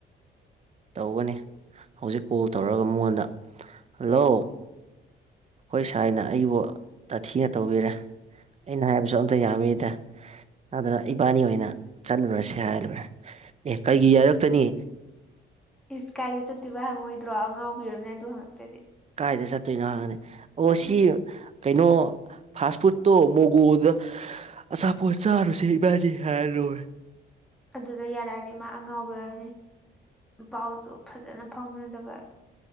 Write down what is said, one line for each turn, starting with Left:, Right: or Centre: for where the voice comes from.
Right: ꯇꯧꯒꯅꯤ ꯍꯧꯖꯤꯛ ꯀꯣꯜ ꯇꯧꯔꯒ ꯃꯉꯣꯟꯗ ꯍꯜꯂꯣ ꯑꯈꯣꯏ ꯁꯥꯏꯅ ꯑꯩꯕꯨ ꯇꯥꯊꯤꯅ ꯇꯧꯕꯤꯔꯦ ꯑꯩꯅ ꯍꯥꯏꯕꯁꯨ ꯑꯝꯇ ꯌꯥꯕꯤꯗꯦ ꯑꯗꯨꯅ ꯏꯕꯥꯅꯤ ꯑꯣꯏꯅ ꯆꯠꯂꯨꯔꯁꯤ ꯍꯥꯏꯔꯥ ꯂꯣꯏꯔꯦ ꯑꯦ ꯀꯩꯒꯤ ꯌꯥꯔꯛ ꯇꯅꯤ
Centre: ꯏꯁ ꯀꯥꯏꯗ ꯆꯠꯇꯣꯏꯕ ꯍꯪꯉꯛꯑꯣꯏꯗ꯭ꯔꯣ ꯑꯉꯥꯎꯕꯤ ꯑꯣꯏꯔꯝꯅꯤ ꯑꯗꯨ ꯍꯪꯉꯛꯇ꯭ꯔꯥꯗꯤ
Right: ꯀꯥꯏꯗ ꯆꯠꯇꯣꯏꯅꯣ ꯍꯪꯉꯛꯑꯗꯤ ꯑꯣ ꯁꯤ
Centre: ꯎꯝ
Right: ꯀꯩꯅꯣ ꯐꯥꯁ ꯐꯨꯠꯇꯣ ꯃꯣꯒꯣꯗ ꯑꯆꯥꯄꯣꯠ ꯆꯥꯔꯨꯁꯦ ꯏꯕꯅꯤ ꯍꯥꯏꯔ ꯂꯣꯏꯔꯦ
Centre: ꯑꯗꯨꯗ ꯌꯥꯔꯛꯑꯗꯤ ꯃꯥ ꯑꯉꯥꯎꯕꯤ ꯑꯣꯏꯔꯝꯅꯤ ꯄꯥꯎꯖꯨ ꯐꯖꯅ ꯐꯥꯎꯅꯗꯕ